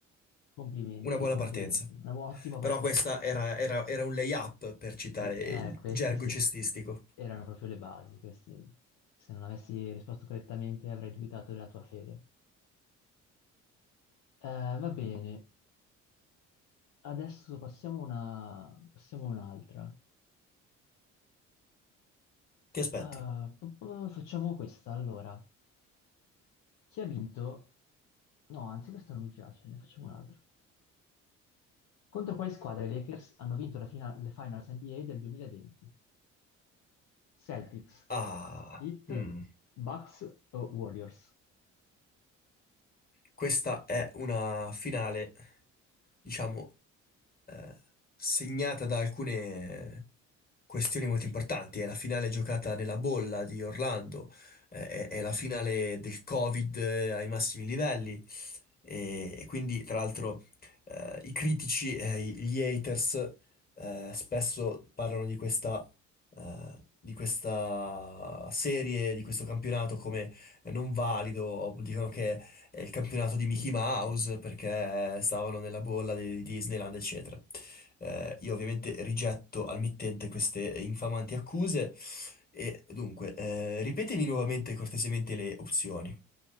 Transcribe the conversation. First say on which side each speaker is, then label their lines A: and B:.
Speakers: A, on the left; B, on the left.
A: Complimenti,
B: Una buona
A: complimenti.
B: partenza.
A: Una bu- ottima
B: Però
A: partenza.
B: questa era, era- era un lay-up per citare
A: Sì, eh,
B: il
A: questi
B: gergo
A: sì,
B: cestistico.
A: erano proprio le basi. Questi, se non avessi risposto correttamente avrei dubitato della tua fede. Eh, va bene, adesso passiamo a una... passiamo a un'altra.
B: Ti aspetto.
A: Ah, p- p- facciamo questa allora. Chi ha vinto? No, anzi, questa non mi piace, ne facciamo un'altra. Contro quale squadra i Lakers hanno vinto la fina- le Finals NBA del 2020? Celtics,
B: Ah,
A: Heat,
B: mm,
A: Bucks o Warriors?
B: questa è una finale, diciamo, eh, segnata da alcune questioni molto importanti. È la finale giocata nella bolla di Orlando, eh, è, è la finale del Covid eh, ai massimi livelli. E, e quindi, tra l'altro, eh, i critici, eh, i- gli haters, eh, spesso parlano di questa. eh, di questa serie, di questo campionato come eh, non valido, o dicono che è il campionato di Mickey
A: Mm.
B: Mouse perché stavano nella bolla di di Disneyland, eccetera. Eh, io ovviamente rigetto al mittente queste infamanti accuse e dunque, eh, ripetemi nuovamente cortesemente le opzioni.